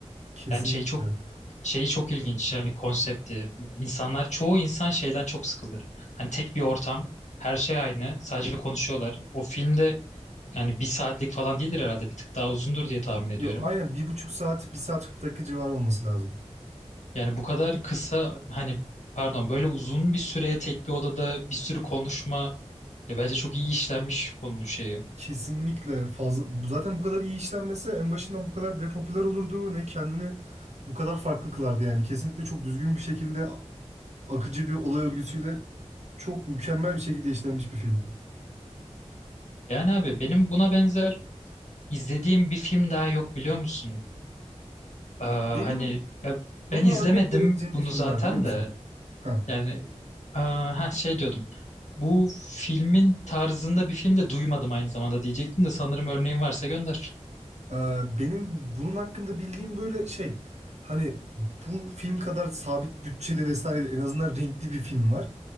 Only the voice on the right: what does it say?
Kesinlikle.
Yo, aynen bir buçuk saat, bir saat 40 dakika civarı olması lazım.
Kesinlikle fazla bu- zaten bu kadar iyi işlenmese en başından bu kadar bile popüler olurdu ne kendini bu kadar farklı kılardı yani kesinlikle çok düzgün bir şekilde akıcı bir olay örgüsüyle çok mükemmel bir şekilde işlenmiş bir film.
Benim
buna
örnek verebileceğim
bir film
var biliyor musun?
Heh.
Ee, Benim bunun hakkında bildiğim böyle şey hani bu film kadar sabit bütçeli vesaire değil, en azından renkli bir film var.